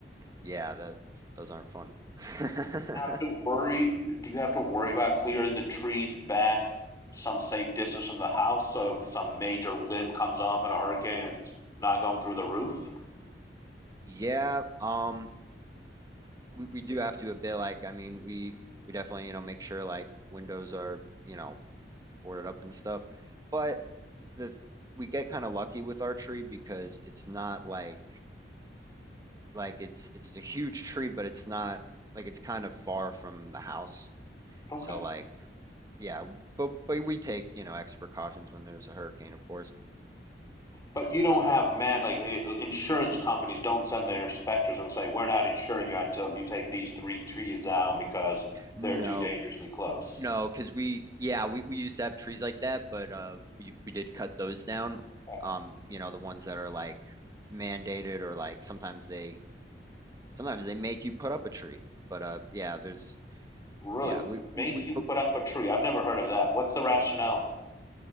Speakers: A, on the right; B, on the left.
A: yeah, that those aren't fun. <laughs>
B: Have to worry? Do you have to worry about clearing the trees back some safe distance from the house so if some major limb comes off in a hurricane and it's not going through the roof?
A: Yeah, um, we, we do have to a bit like I mean we we definitely you know make sure like windows are you know boarded up and stuff, but the we get kind of lucky with our tree because it's not like like it's it's a huge tree, but it's not like it's kind of far from the house.
B: Okay.
A: So like yeah, but but we take, you know, extra precautions when there's a hurricane, of course.
B: But you don't have man like i- insurance companies don't send their inspectors and say we're not insuring you until you take these three trees down because
A: No.
B: they're too dangerously close.
A: No, because we yeah, we, we used to have trees like that, but uh we, we did cut those down.
B: Okay.
A: Um, you know, the ones that are like mandated or like sometimes they sometimes they make you put up a tree. But uh yeah, there's
B: Really
A: yeah, we, we
B: make
A: but
B: you put up a tree? I've never heard of that. What's the rationale?